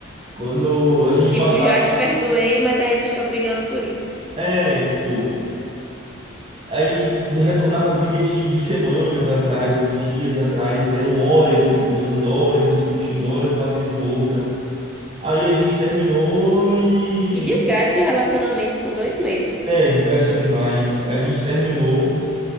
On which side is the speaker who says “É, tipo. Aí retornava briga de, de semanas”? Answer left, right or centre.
Right